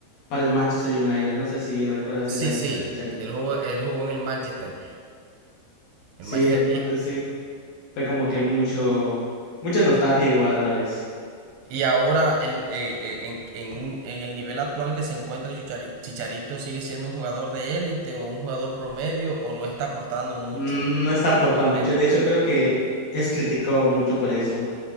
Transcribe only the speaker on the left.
para el Manchester United. No sé si recuerdas
esa época,
Chicharito.
Sí,
entonces
sí, fue como que mucho, mucha nostalgia igual a la vez.
Mm, No está aportando
mucho. De hecho, creo que es criticado mucho por eso,